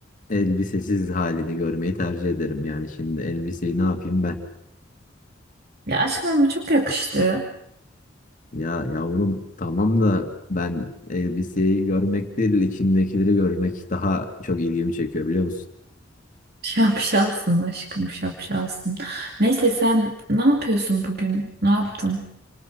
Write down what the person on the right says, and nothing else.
Ya aşkım ama çok yakıştı.
Şapşalsın aşkım şapşalsın. Neyse sen ne yapıyorsun bugün? Ne yaptın?